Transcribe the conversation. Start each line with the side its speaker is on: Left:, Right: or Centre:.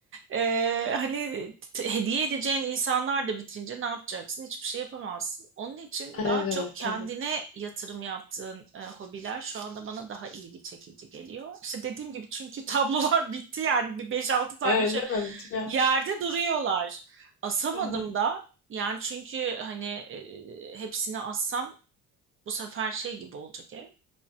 Right: Ee, hani t- hediye edeceğin insanlar da bitince ne yapacaksın? Hiçbir şey yapamazsın. Onun için daha
Left: Evet,
Right: çok kendine
Left: tabii.
Right: yatırım yaptığın e, hobiler şu anda bana daha ilgi çekici geliyor. İşte dediğim gibi çünkü tablolar <laughs> bitti yani bir beş altı tane
Left: Evet,
Right: şey
Left: değil mi? Tıkan
Right: yerde duruyorlar. Asamadım
Left: Hı
Right: da yani çünkü hani e, hepsini assam bu sefer şey gibi olacak ev.